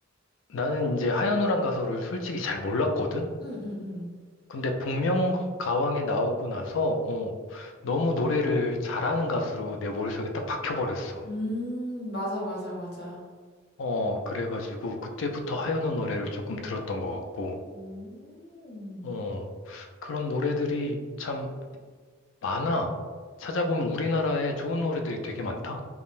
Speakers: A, on the left; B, on the left.
A: 나는 이제 하현우란 가수를 솔직히 잘 몰랐거든?
B: 응, 응, 응.
A: 근데 복면가왕에 나오고 나서 어, 너무 노래를 잘하는 가수로 내 머릿속에 딱 박혀버렸어.
B: 음, 맞아, 맞아, 맞아.
A: 어, 그래가지고 그때부터 하현우 노래를 조금 들었던 것 같고,
B: 음.
A: 어, 그런 노래들이 참 많아. 찾아보면 우리나라에 좋은 노래들이 되게 많다?